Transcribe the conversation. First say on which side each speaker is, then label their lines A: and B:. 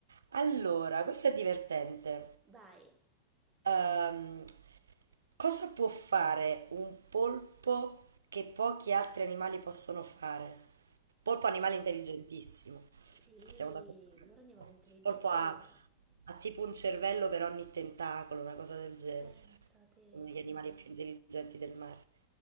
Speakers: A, on the right; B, on the right.
A: Allora, questo è divertente.
B: Vai.
A: Ehm, cosa può fare un polpo che pochi altri animali possono fare? Polpo
B: Oh,
A: è un animale intelligentissimo.
B: sì,
A: Partiamo da questo presupposto.
B: loro animali intelligenti.
A: Polpo
B: Allora,
A: ha, ha tipo un cervello per ogni tentacolo, una cosa del genere.
B: pensate.
A: Uno degli animali più intelligenti del mare.